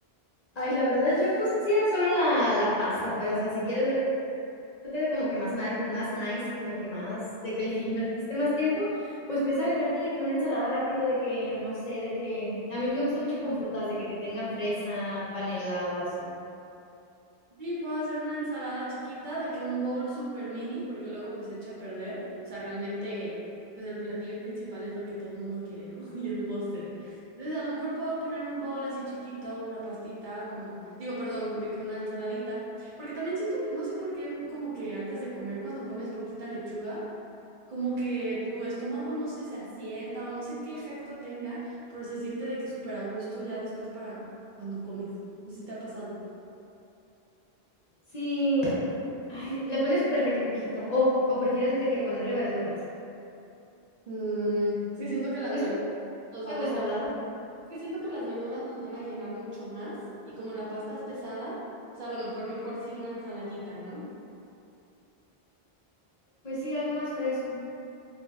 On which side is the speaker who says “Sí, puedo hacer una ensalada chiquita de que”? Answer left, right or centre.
Right